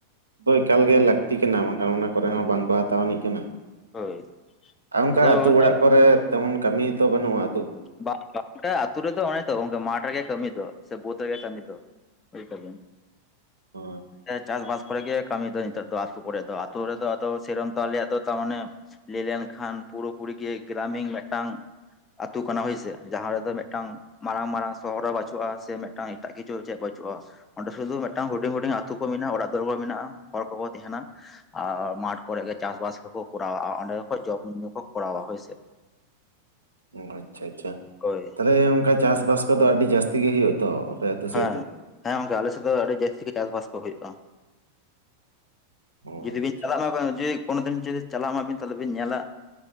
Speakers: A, on the right; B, on the left.
A: ᱫᱚ ᱮᱠᱟᱞ ᱜᱮ ᱞᱟᱹᱠᱛᱤ ᱠᱟᱱᱟ ᱵᱟᱝᱠᱷᱟᱱ ᱚᱱᱟ ᱠᱚᱨᱮ ᱦᱚᱸ ᱵᱟᱝᱠᱚ ᱦᱟᱛᱟᱣ ᱟᱹᱱᱤᱡ ᱠᱟᱱᱟ
B: ᱦᱳᱭ
A: ᱟᱨ ᱚᱱᱠᱟ
B: ᱟᱫᱚ
A: ᱟᱹᱛᱩ
B: ᱚᱱᱮ
A: ᱚᱲᱟᱜ ᱠᱚᱨᱮ ᱛᱮᱢᱚᱱ ᱠᱟᱹᱢᱤ ᱦᱚᱛᱚ ᱵᱟᱹᱱᱩᱜ-ᱟ᱾
B: ᱵᱟ ᱵᱟ ᱚᱸᱰᱮ ᱟᱛᱩ ᱨᱮᱫᱚ ᱚᱱᱮ ᱛᱚ ᱜᱚᱝᱠᱮ ᱢᱟᱴᱷ ᱨᱮᱜᱮ ᱠᱟᱹᱢᱤ ᱛᱚ ᱥᱮ ᱵᱟᱹᱫ ᱨᱮᱜᱮ ᱠᱟᱹᱢᱤ ᱫᱚ ᱵᱩᱡ ᱫᱟᱹᱵᱤᱱ
A: ᱚ
B: ᱪᱟᱥ ᱵᱟᱥ ᱠᱚᱨᱮ ᱜᱮ ᱠᱟᱹᱢᱤ ᱫᱚ ᱱᱤᱛᱚᱜ ᱫᱚ ᱟᱛᱩ ᱠᱚᱨᱮ ᱫᱚ ᱟᱛᱩ ᱨᱮᱫᱚ ᱟᱫᱚ ᱥᱮᱨᱚᱢ ᱛᱚ ᱟᱞᱮᱭᱟᱜ ᱫᱚ ᱛᱟᱢᱟᱱᱮ ᱞᱮᱭ ᱞᱮᱱᱠᱷᱟᱱ ᱯᱩᱨᱟᱹᱯᱩᱨᱤ ᱜᱮ ᱜᱨᱟᱢᱤᱝ ᱢᱮᱫᱴᱟᱝ ᱛᱩ ᱠᱟᱱᱟ ᱦᱳᱭᱥᱮ ᱡᱟᱦᱟᱸ ᱨᱮᱫᱚ ᱢᱮᱫᱴᱟᱝ ᱢᱟᱨᱟᱝ ᱢᱟᱨᱟᱝ ᱥᱚᱦᱚᱨ ᱦᱚᱸ ᱵᱟᱪᱩᱜ-ᱟ ᱥᱮ ᱢᱮᱫᱴᱟᱝ ᱮᱴᱟᱜ ᱠᱤᱪᱷᱩ ᱪᱮᱫ ᱵᱟᱹᱪᱩᱜ-ᱟ᱾ ᱚᱸᱰᱮ ᱥᱩᱫᱷᱩ ᱢᱨᱫᱴᱟᱝ ᱦᱩᱰᱤᱧ ᱦᱩᱰᱤᱧ ᱟᱛᱩ ᱠᱚ ᱢᱮᱱᱟᱜ-ᱟ ᱚᱲᱟᱜ ᱫᱩᱣᱟᱹᱨ ᱠᱚ ᱢᱮᱱᱟᱜ-ᱟ ᱦᱚᱲ ᱠᱚᱠᱚ ᱛᱮᱦᱮᱱᱟ, ᱟᱨ ᱢᱟᱴᱷ ᱠᱚᱨᱮᱜ ᱜᱮ ᱪᱟᱥᱵᱟᱥ ᱠᱚᱠᱚ ᱠᱚᱨᱟᱣᱟ ᱚᱸᱰᱮ ᱠᱷᱚᱡ ᱡᱚᱢ ᱧᱩ ᱠᱚ ᱠᱚᱨᱟᱣᱟ ᱦᱳᱭᱥᱮ᱾
A: ᱚ ᱟᱪᱪᱷᱟ ᱟᱪᱪᱷᱟ
B: ᱦᱳᱭ
A: ᱛᱟᱞᱮ ᱚᱝᱠᱟ ᱪᱟᱥ ᱵᱟᱥ ᱠᱚᱫᱚ ᱟᱹᱰᱤ ᱡᱟᱹᱥᱛᱤ ᱜᱮ ᱦᱩᱭᱩᱜ-ᱟ ᱛᱚ ᱟᱹᱛᱩ
B: ᱦᱮᱸ
A: ᱥᱮᱫ ᱫᱚ?
B: ᱦᱮᱸ ᱜᱚᱝᱠᱮ ᱟᱞᱮ ᱥᱮᱫ ᱫᱚ ᱟᱹᱰᱤ ᱡᱟᱹᱥᱛᱤ ᱜᱮ ᱪᱟᱥᱵᱟᱥ ᱠᱚ ᱦᱩᱭᱩᱜ-ᱟ᱾
A: ᱚ ᱟᱪᱪᱷᱟ
B: ᱡᱩᱫᱤ ᱵᱤᱱ ᱪᱟᱞᱟᱜ
A: ᱟᱪᱪᱷᱟ
B: ᱢᱟ ᱵᱟᱝ ᱡᱮ ᱠᱳᱱᱳ ᱫᱤᱱ ᱡᱩᱫᱤ ᱪᱟᱞᱟᱜ ᱱᱟᱵᱤᱱ ᱛᱟᱦᱚᱞᱮ ᱵᱤᱱ ᱧᱮᱞᱟ